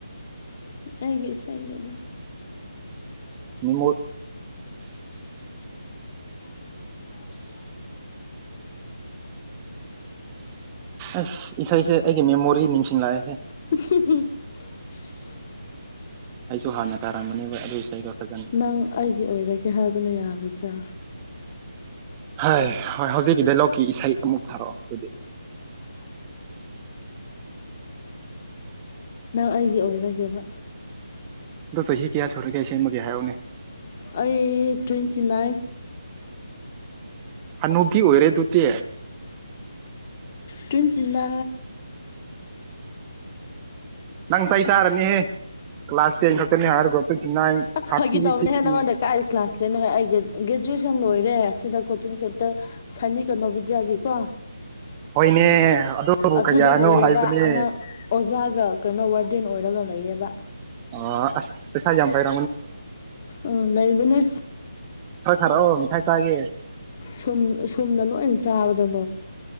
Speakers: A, on the left; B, on the right.
A: ꯑꯩꯒꯤꯦ ꯁꯥꯏꯅꯦꯗ
B: ꯃꯦꯃꯣ ꯑꯁ ꯏꯁꯩꯁꯦ ꯑꯩꯒꯤ ꯃꯦꯃꯣꯔꯤ ꯅꯤꯡꯁꯤꯡꯂꯛꯑꯦꯍꯦ
A: <inaudible>
B: ꯑꯩꯁꯨ ꯍꯥꯟꯅ ꯇꯥꯔꯝꯝꯕꯅꯦꯕ ꯑꯗꯨꯒꯤ ꯏꯁꯩꯗꯣ ꯐꯖꯅ
A: ꯅꯪ ꯑꯩꯒꯤ ꯑꯣꯏꯔꯒꯦ ꯍꯥꯏꯕꯅ ꯌꯥꯒꯗ꯭ꯔꯥ
B: ꯍꯥꯏ ꯍꯣꯏ ꯍꯧꯖꯤꯛꯀꯤ ꯗꯥꯏꯂꯣꯛꯀꯤ ꯏꯁꯩ ꯑꯃꯨꯛ ꯊꯥꯔꯛꯑꯣ ꯑꯗꯨꯗꯤ
A: ꯅꯪ ꯑꯩꯒꯤ ꯑꯣꯏꯔꯒꯦꯕ
B: ꯑꯗꯣ ꯆꯍꯤ ꯀꯌꯥ ꯁꯨꯔꯒꯦ ꯁꯦꯝꯃꯒꯦ ꯍꯥꯏꯌꯎꯅꯦ
A: ꯑꯩ ꯇ꯭ꯋꯦꯟꯇꯤ ꯅꯥꯏꯟ
B: ꯑꯅꯨꯕꯤ ꯑꯣꯏꯔꯦ ꯑꯗꯨꯗꯤ
A: ꯇꯝꯖꯤꯂꯥ
B: ꯅꯪ ꯆ ꯑꯩ ꯆꯥꯔꯅꯤꯍꯦ ꯀ꯭ꯂꯥꯁ ꯇꯦꯟ ꯈꯛꯇꯅꯤ ꯍꯥꯏꯔꯣꯅꯥꯟ
A: ꯑꯁ
B: ꯊꯥꯔꯇꯤ
A: ꯐꯥꯒꯤ ꯇꯧꯕꯅꯦꯍꯦ
B: ꯐꯤꯛꯇ
A: ꯅꯪꯉꯣꯟꯗ ꯀꯥꯏ ꯀ꯭ꯂꯥꯁ ꯇꯦꯟ ꯍꯣꯏ ꯑꯩꯒꯤ ꯒ꯭ꯔꯦꯖꯨꯋꯦꯁꯟ ꯂꯣꯏꯔꯦ ꯑꯁꯤꯗ ꯀꯣꯆꯤꯡ ꯁꯦꯟꯇꯔ ꯁꯅꯤ ꯀꯩꯅꯣ ꯕꯤꯗ꯭ꯌꯥꯒꯤꯀꯣ
B: ꯍꯣꯏꯅꯦ ꯑꯗꯨ
A: ꯑꯗꯨꯗ
B: ꯀꯌꯥꯅꯣ
A: ꯂꯩꯌꯦꯕ
B: ꯍꯥꯏꯕꯅꯦ
A: ꯑꯉꯥꯡ ꯑꯣꯖꯥꯒ ꯀꯩꯅꯣ ꯋꯥꯔꯗꯦꯟ ꯑꯣꯏꯔꯒ ꯂꯩꯌꯦꯕ
B: ꯑꯣ ꯆꯥꯏꯖꯝ ꯄꯥꯏ <inaudible>
A: ꯑꯣꯝ ꯂꯏꯕꯅꯦ
B: ꯍꯣꯏ ꯊꯥꯔꯛꯑꯣ ꯃꯤꯊꯥꯏ ꯆꯥꯒꯦ
A: ꯁꯨꯝ ꯁꯣꯝꯅ ꯂꯣꯏꯅ ꯆꯥꯕꯗꯥ